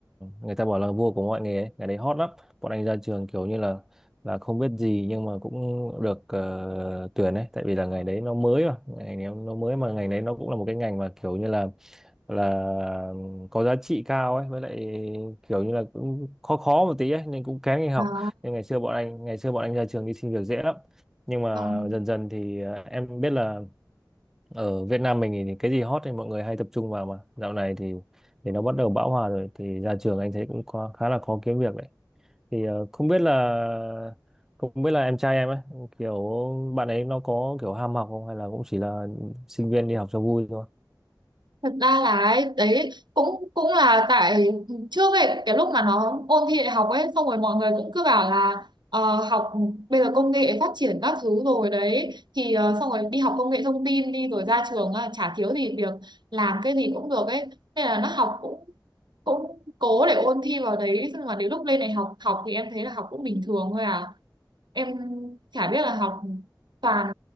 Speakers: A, in the centre; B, on the right (about 75°).
A: người ta bảo là vua của mọi nghề ấy. cái đấy hot lắm bọn anh ra trường kiểu như là là không biết gì nhưng mà cũng được ờ, tuyển ấy tại vì là ngày đấy nó mới mà ngày đấy nó mới mà ngày đấy nó cũng là một cái ngành mà kiểu như là là có giá trị cao ấy với lại kiểu như là cũng khó khó một tí ấy nên cũng kén đi học
B: À,
A: nên ngày xưa bọn anh ngày xưa bọn anh ra trường đi xin việc dễ lắm nhưng mà
B: vâng.
A: dần dần thì ờ, em biết là ở Việt Nam mình thì cái gì hot thì mọi người hay tập trung vào mà dạo này thì thì nó bắt đầu bão hòa rồi thì ra trường anh thấy cũng khó, khá là khó kiếm việc đấy thì ờ, không biết là không biết là em trai em ấy kiểu bạn ấy nó có kiểu ham học không hay là cũng chỉ là sinh viên đi học cho vui thôi
B: thật ra là ấy, đấy cũng cũng là tại trước ấy cái lúc mà nó ôn thi đại học ấy xong rồi mọi người cũng cứ bảo là ờ, học bây giờ công nghệ phát triển các thứ rồi đấy thì ờ, xong rồi đi học công nghệ thông tin đi rồi ra trường ờ, chả thiếu gì việc làm cái gì cũng được ấy nên là nó học cũng cũng cố để ôn thi vào đấy nhưng mà đến lúc lên đại học học thì em thấy là học cũng bình thường thôi à em chả biết là học toàn